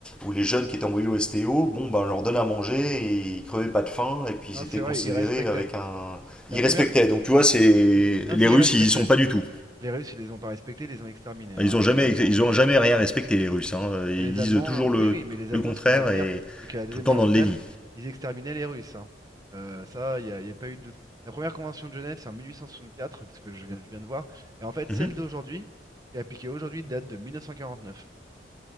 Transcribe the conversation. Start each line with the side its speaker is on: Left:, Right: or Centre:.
Centre: ou les jeunes qui étaient envoyés au STO, bon, bah, on leur donnait à manger et ils crevaient pas de faim et puis
Right: Non,
Centre: ils étaient
Right: c'est vrai,
Centre: considérés
Right: ils respectaient.
Centre: avec un.
Right: La
Centre: Ils
Right: première.
Centre: respectaient. Donc tu
Right: Ouais.
Centre: vois, c'est les
Right: Mm. Non, ça,
Centre: Russes,
Right: ils respectaient.
Centre: ils y sont pas du tout.
Right: Les Russes, ils les ont pas respectés, ils les ont exterminés,
Centre: Enfin,
Right: hein,
Centre: Ils ont jamais,
Right: les Allemands.
Centre: ils ont jamais rien respecté les Russes. hein. Ils
Right: Bah, Les
Centre: disent
Right: Allemands,
Centre: toujours le,
Right: oui, oui, mais les
Centre: le
Right: Allemands,
Centre: contraire
Right: ce que je veux dire,
Centre: et
Right: c'est qu'à la Deuxième
Centre: tout le temps
Right: Guerre
Centre: dans
Right: mondiale,
Centre: le déni.
Right: ils exterminaient les Russes. hein. Euh, ça, il n'y a, y a pas eu de doute. La première convention de Genève, c'est en 1864, ce que je viens, je viens de voir. Et en fait,
Centre: Mhm.
Right: celle d'aujourd'hui, qui est appliquée aujourd'hui, date de 1949.